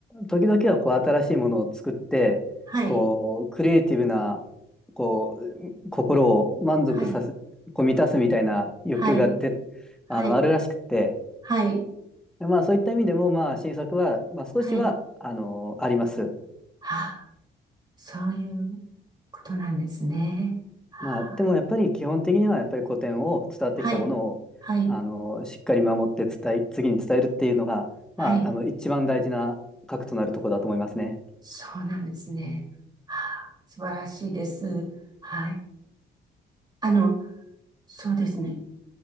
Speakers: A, in the centre; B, on the right (about 20°).
A: 時々はこう新しいものを作って、
B: はい、
A: こうクリエイティブなこう心を満足させ、
B: はい、
A: こう満たすみたいな欲求がで、
B: はい、はい、
A: あの、あるらしくって、
B: はい、
A: でまあそういった意味でも、まあ新作は、まあ、少しはあの、
B: はい。
A: あります。
B: はあ、そういうことなんですね。はあ
A: まあ、でもやっぱり基本的にはやっぱり古典を伝わってきたものをあのしっかり守って伝え、
B: はい、はい、
A: 次に伝えるっていうのが、
B: はい。
A: まあ、あの一番大事な核となるところだと思いますね。
B: そうなんですね。はあ、素晴らしいです。はい。あの、そうですね。